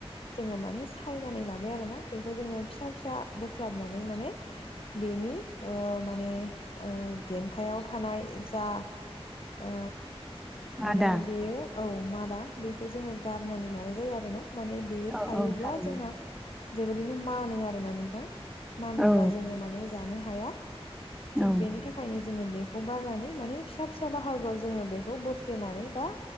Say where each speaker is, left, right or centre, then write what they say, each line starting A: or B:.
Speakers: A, on the left; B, in the centre.
A: जोङो मा माने सायनानै लाबाय आरोना बेखौ जोङो फिसा फिसा बोख्लाबनानै माने बेनि ओ माने ओ देन्थायाव थानाय जा ओ
B: मादा
A: माने बेयो औ मादा बेखौ जोङो गारनानै लानाय जायो आरो ना माने बे
B: औ
A: थायोब्ला
B: औ थारैनो
A: जोंहा जोबोरैनो मानो आरोना नोंथां। मानोब्ला
B: औ
A: जोङो माने जानो हाया थिग
B: औ
A: बेनि थाखा खायनो जोङो बेखौ गारनानै माने फिसा फिसा बाहागोआव जोङो बेखौ बोफ्लेनानै बा